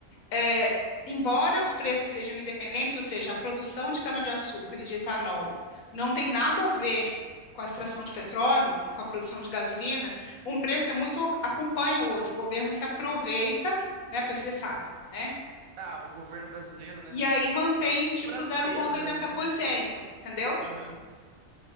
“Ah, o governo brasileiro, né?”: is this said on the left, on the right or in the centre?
Right